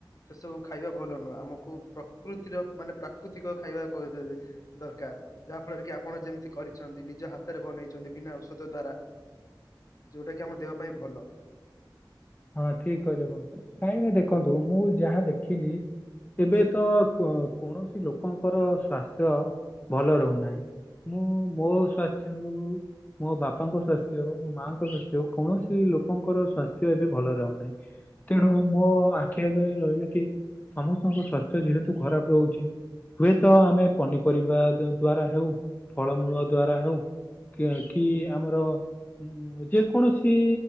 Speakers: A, on the left; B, on the left.
A: ସେ ସବୁ ଖାଇବା ଭଲ ନୁହଁ। ଆମକୁ ପ୍ରକୃତିର ମାନେ ପ୍ରା ପ୍ରାକୃତିକ ଖାଇବା କ ଦ ଦ ଦରକାର ଯାହା ଫଳରେ କି ଆପଣ ଯେମିତି କରିଛନ୍ତି ନିଜ ହାତରେ ବନେଇ ଛନ୍ତି ବିନା ଔଷଧ ଦ୍ଵାରା ଯୋଉଟା କି ଆମ ଦେହ ପାଇଁ ଭଲ।
B: ହଁ ଠିକ କହିଲେ ବଂ କାହିଁକି ନା ଦେଖନ୍ତୁ ମୁଁ ଯାହା ଦେଖିଲି। ଏବେ ତ କ୍ଵ କୌଣସି ଲୋକଙ୍କର ସ୍ଵାସ୍ଥ୍ୟ ଭଲ ରହୁନାହିଁ। ମୁଁ ମୋ ସ୍ୱାସ୍ଥ୍ୟ ହେଉ। ମୋ ବାପାଙ୍କ ସ୍ୱାସ୍ଥ୍ୟ ହଉ ମୋ ମାଆଙ୍କ ସ୍ଵାସ୍ଥ୍ୟ ହଉ କୌଣସି ଲୋକଙ୍କର ସ୍ଵାସ୍ଥ୍ୟ ଏବେ ଭଲ ରେ ହଉ ନାହିଁ ତେଣୁ ମୋ ଆଖି ଆଗରେ ରହିଲା କି ସମସ୍ତଙ୍କ ସ୍ଵାସ୍ଥ୍ୟ ଯେହେତୁ ଖରାପ ରହୁଛି। ହୁଏତ ଆମେ ପନିପରିବା ଦ୍ୱା-ଦ୍ଵାରା ହେଉ ଫଳମୂଳ ଦ୍ଵାରା ହେଉ। କିଅ କି ଆମର ଉଁ ଯେକୌଣସି